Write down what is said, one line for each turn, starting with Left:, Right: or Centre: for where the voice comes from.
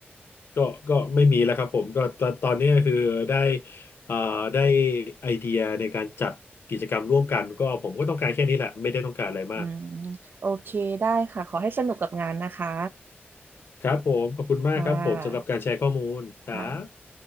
Left: ก็ก็ไม่มีแล้วครับผมก็ตตอนนี้ก็คือได้เอ่อได้ไอเดียในการจัดกิจกรรมร่วมกันก็ผมก็ต้องการแค่นี้แหละไม่ได้ต้องการอะไรมาก
Right: อืมโอเคได้ค่ะขอให้สนุกกับงานนะคะ
Left: ครับผมขอบคุณมากครับผมสำหรับการแชร์ข้อมูลครับ
Right: ค่ะค่ะ